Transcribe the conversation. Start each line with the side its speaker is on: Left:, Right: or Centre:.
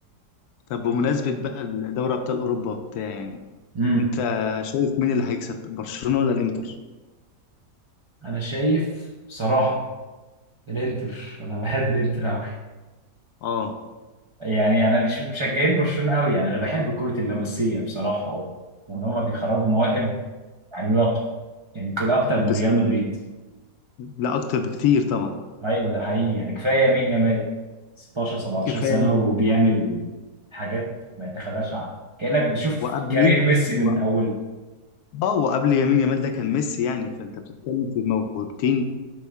Left: طب بمناسبة بقى دوري أبطال أوروبا وبتاع يعني
Right: امم
Left: انت شايف مين اللي هيكسب برشلونة ولا الانتر
Right: أنا شايف بصراحة الإنتر أنا بحب الإنتر أوي
Left: اه
Right: يعني أنا مش مشجعين برشلونة أوي يعني أنا بحب كرة اللمسية بصراحة أوي لأن هما بيخرجوا مواهب عملاقة يعني يمكن أكتر من
Left: بس
Right: ريال مدريد
Left: لا اكتر بكتير طبعا
Right: ايوه ده حقيقي يعني كفايه مين يامال 16 17
Left: كفاية
Right: سنه وبيعمل حاجات ما يتخلاش عنها كانك بتشوف
Left: وقبلي
Right: كارير ميسي من
Left: و...
Right: اوله
Left: اه وقبل يمين يامال ده كان ميسي يعني فانت بتتكلم في موهبتين